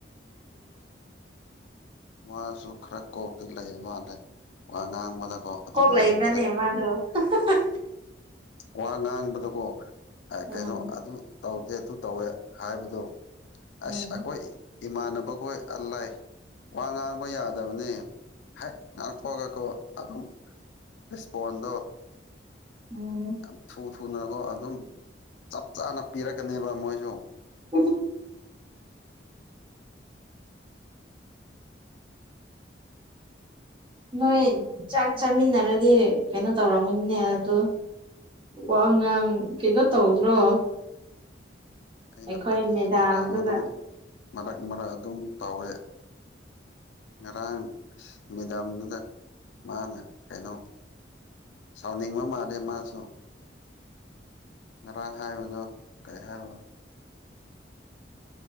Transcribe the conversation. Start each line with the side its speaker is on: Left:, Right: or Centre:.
Left: ꯃꯥꯁꯨ ꯈꯔ ꯀꯣꯛꯇꯤ ꯂꯩꯌꯦ ꯃꯥꯜꯂꯦ ꯋꯥ ꯉꯥꯡꯕꯗꯀꯣ ꯑꯗꯨꯝ
Right: ꯀꯣꯛ ꯂꯩꯕ꯭ꯔꯅꯦ
Left: ꯌꯦꯡꯕꯗ
Right: ꯃꯥꯗꯣ ꯍꯍꯍ
Left: ꯋꯥ ꯉꯥꯡꯕꯗꯀꯣ ꯑ
Right: ꯎꯝ
Left: ꯀꯩꯅꯣ ꯑꯗꯨ ꯇꯧꯗꯦ ꯑꯗꯨ ꯇꯧꯋꯦ ꯍꯥꯏꯕꯗꯨ ꯑꯁ
Right: ꯎꯝ
Left: ꯑꯩꯈꯣꯏ ꯏꯃꯥꯟꯅꯕꯈꯣꯏ ꯑꯜꯂꯥꯏ ꯋꯥ ꯉꯥꯡꯕ ꯌꯥꯗꯕꯅꯤ ꯍꯦꯛ ꯉꯥꯛꯊꯣꯛꯑꯒꯀꯣ ꯑꯗꯨꯝ ꯏꯁꯄꯣꯟꯗꯣ
Right: ꯎꯝ
Left: ꯌꯥꯝ ꯊꯨ ꯊꯨꯅꯀꯣ ꯑꯗꯨꯝ ꯆꯞ ꯆꯥꯅ ꯄꯤꯔꯛꯀꯅꯦꯕ ꯃꯣꯏꯁꯨ
Right: <inaudible> ꯅꯣꯏ ꯆꯥꯛ ꯆꯥꯃꯤꯟꯅꯔꯗꯤ ꯀꯩꯅꯣ ꯇꯧꯔꯝꯒꯅꯤꯅꯦ ꯑꯗꯨ ꯋꯥ ꯉꯥꯡ ꯀꯩꯅꯣ ꯇꯧꯗ꯭ꯔꯣ
Left: ꯑꯩꯅ
Right: ꯑꯩꯈꯣꯏ
Left: ꯐꯥꯒꯤ
Right: ꯃꯦꯗꯥꯝꯗꯨꯒ
Left: ꯐꯔꯥꯡ ꯑꯗꯨꯝ ꯃꯔꯛ ꯃꯔꯛ ꯑꯗꯨꯝ ꯇꯧꯋꯦ ꯉꯔꯥꯡ ꯃꯦꯗꯥꯝꯗꯨꯗ ꯃꯥꯅ ꯀꯩꯅꯣ ꯁꯥꯎꯟꯅꯤꯡꯕ ꯃꯥꯜꯂꯦ ꯃꯥꯁꯨ ꯉꯔꯥꯡ ꯍꯥꯏꯕꯗꯣ ꯀꯩ ꯍꯥꯏꯣ